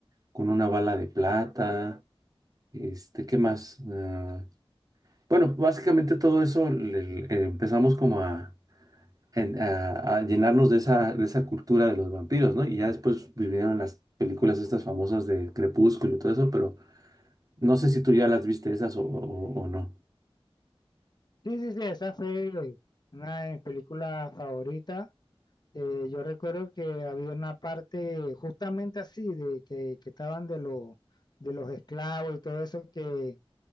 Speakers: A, on the right; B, on the left.
A: con una bala de plata, este, ¿qué más? Ah, bueno, básicamente todo eso le- le- empezamos como a... en- a- a llenarnos de esa, de esa cultura de los vampiros, ¿no? Y ya después vinieron las películas estas famosas de Crepúsculo y todo eso, pero no sé si tú ya las viste esas o, o- o no.
B: Sí, sí, sí, esa fue una de mis películas favoritas. Eh, yo recuerdo que había una parte justamente así, de que, que estaban de, los de los esclavos y todo eso, que